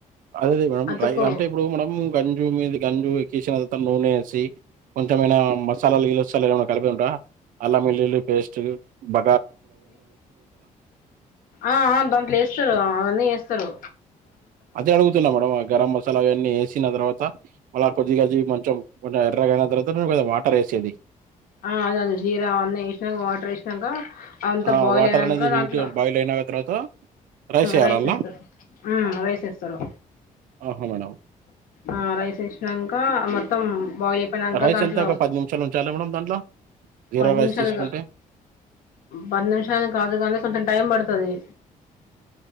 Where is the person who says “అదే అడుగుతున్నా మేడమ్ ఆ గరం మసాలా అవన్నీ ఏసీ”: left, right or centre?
Right